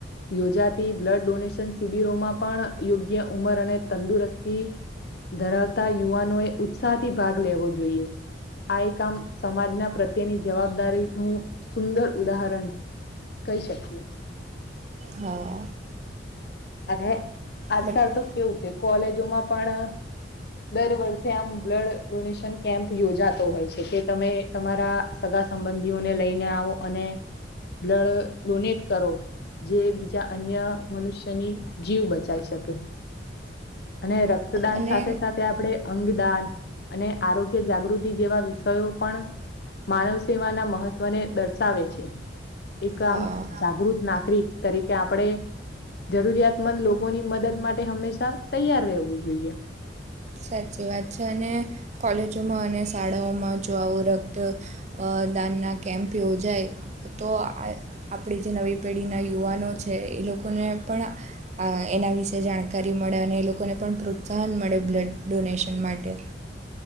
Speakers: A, on the left; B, on the right.
A: યોજાતી બ્લડ ડોનેશન શિબિરોમાં પણ યોગ્ય ઉંમર અને તંદુરસ્તી ધરાવતા યુવાનોએ ઉત્સાહથી ભાગ લેવો જોઈએ. આ <unintelligible> સમાજના પ્રત્યેની જવાબદારીનું સુંદર ઉદાહરણ કઈ શકીએ.
B: હા.
A: અને આજકાલ
B: બટ
A: તો કેવું કે કોલેજોમાં પણ દર વર્ષે આમ બ્લડ ડોનેશન કેમ્પ યોજાતો હોય છે કે તમે તમારા સ સંબંધીઓને લઈને આવો અને બ્લડ ડોનેટ કરો. જે બીજા અન્ય મનુષ્યની જીવ બચાવી શકે. અને રક્તદાન
B: અને
A: સાથે સાથે આપડે અંગદાન અને આરોગ્ય જાગૃતિ જેવા વિષયો પણ માનવ સેવાના મહત્વને દર્શાવે છે. એક આમ
B: હા
A: જાગૃત નાગરિક તરીકે આપણે જરૂરિયાતમંદ લોકોની મદદ માટે હંમેશા તૈયાર રહેવું જોઈએ.
B: સાચી વાત છે. અને કોલેજોમાં અને શાળાઓમાં જો આવું રક્ત મતદાનના કેમ્પ યોજાય તો આપણી જે નવી પેઢીના યુવાનો છે એ લોકોને પણ ના વિશે જાણકારી મળે અને એ લોકોને પણ પ્રોત્સાહન મળે બ્લડ ડોનેશન માટે.